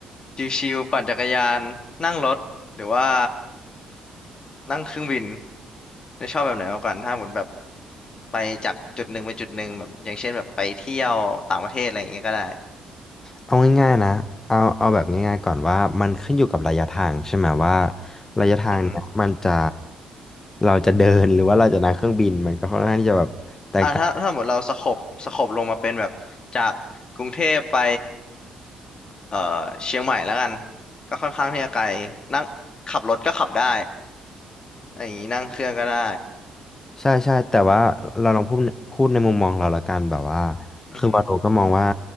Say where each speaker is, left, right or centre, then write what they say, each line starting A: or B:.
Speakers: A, on the left; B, on the left.
A: ชิวๆปั่นจักรยานนั่งรถหรือว่านั่งเครื่องบินนายชอบแบบไหนมากกว่ากันถ้าหมุนแบบไปจากจุดหนึ่งไปจุดหนึ่งแบบอย่างเช่นแบบไปเที่ยวต่างประเทศอะไรอย่างเงี้ยก็ได้
B: เอาง่ายๆนะเอาเอาแบบง่ายๆก่อนว่ามันขึ้นอยู่กับระยะทางใช่ไหมว่าระยะทางเนี่ยมันจะ
A: อือฮึ
B: เราจะเดินหรือว่าเราจะนั่งเครื่องบินมันก็ค่อนข้างที่จะแบบแตกต่าง
A: อ่าถ้าถ้าหมดเราสโคบสโคบลงมาเป็นแบบจากกรุงเทพไปเอ่อเชียงใหม่แล้วกันก็ค่อนข้างที่จะไกลนั่งขับรถก็ขับได้ อย่างนี้นั่งเครื่องก็ได้
B: ใช่ใช่แต่ว่าเราลองพูดพูดในมุมมองเราละกันแบบว่า
A: อือหือ
B: คือวาโรก็มองว่า